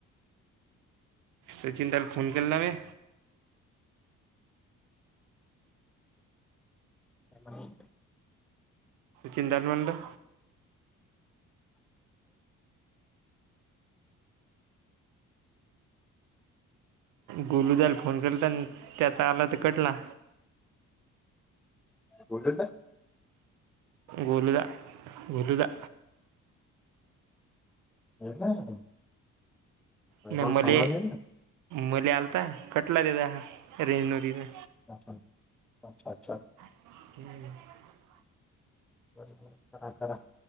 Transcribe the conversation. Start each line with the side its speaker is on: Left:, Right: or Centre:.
Right: सचिनदा ला फोन केला न्हवे?
Centre: <unintelligible>
Right: चिंताार म्हड गोलूदल फोन केला तर आणि त्याचा आला तर कटला
Centre: होठो
Right: गोोलोल दा गोल दा
Centre: <unintelligible> वैभव
Right: नाही
Centre: सांगून
Right: मले
Centre: ये ना.
Right: मले आलता कटला दता रेंज नवती तर.
Centre: अच्छा अच्छा अच्छा्छा.
Right: हम.
Centre: बरोबररा करा करा